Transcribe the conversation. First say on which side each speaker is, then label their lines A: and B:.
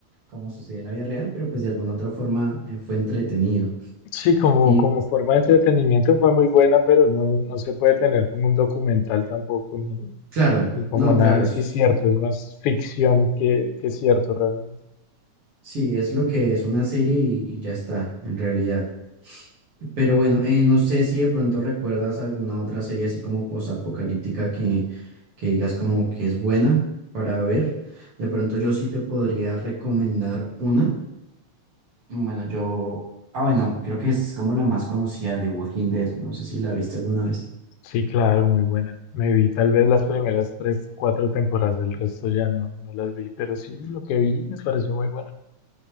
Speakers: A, on the right (about 50°); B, on the left (about 80°).
A: como sucedía en la vida real, pero pues de alguna otra forma eh, fue entretenido.
B: Sí, como,
A: Y
B: como forma de entretenimiento fue muy buena, pero no, no se puede tener como un documental tampoco, ni,
A: claro,
B: ni como
A: no,
B: nada
A: claro,
B: así
A: es
B: cierto, es más ficción que, que cierto realmente.
A: sí, es lo que es una serie y, y ya está en realidad. Pero bueno, eh, no sé si de pronto recuerdas alguna otra serie así como posapocalíptica que, que digas como que es buena para ver. De pronto yo sí te podría recomendar una. Bueno, yo... Ah, bueno, creo que es como la más conocida de Walking Dead. No sé si la viste alguna vez.
B: Sí, claro, muy buena. Me vi tal vez las primeras tres, cuatro temporadas, del resto ya no, no las vi, pero sí, lo que vi me pareció muy bueno.